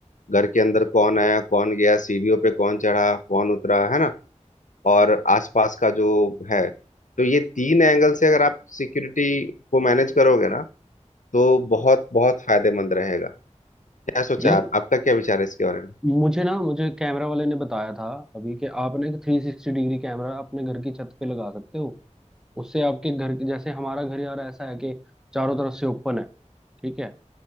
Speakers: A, on the left; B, in the centre.
A: घर के अंदर कौन आया कौन गया सीढ़ियों पे कौन चढ़ा कौन उतरा है ना और आसपास का जो है तो ये तीन एंगल से अगर आप सिक्योरिटी को मैनेज करोगे ना तो बहुत बहुत फायदेमंद रहेगा क्या सोचा
B: यार
A: आप आपका क्या विचार है इसके बारे में
B: मुझे ना मुझे कैमरा वाले ने बताया था अभी कि आप ना एक थ्री सिक्सटी डिग्री कैमरा अपने घर की छत पे लगा सकते हो उससे आपके घर के जैसे हमारा घर यार ऐसा है कि चारों तरफ से ओपन है ठीक है